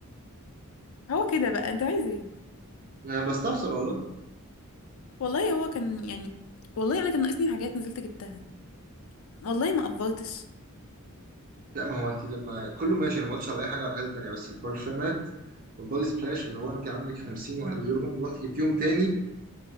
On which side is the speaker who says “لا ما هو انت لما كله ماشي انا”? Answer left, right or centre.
Right